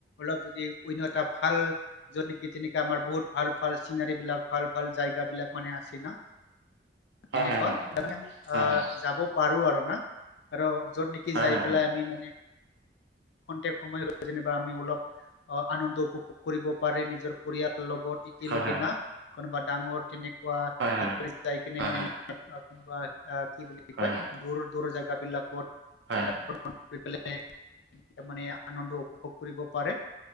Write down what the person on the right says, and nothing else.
হয় হয় হয় হয়
হয়
হয়
হয় হয়
হয় হয়
হয় হয়।
হয়
হয় হয় হয় হয়
হয়